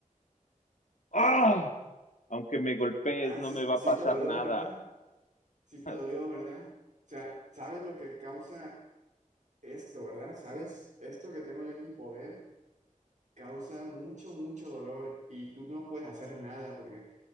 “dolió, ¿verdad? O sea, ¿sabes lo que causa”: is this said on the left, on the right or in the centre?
Right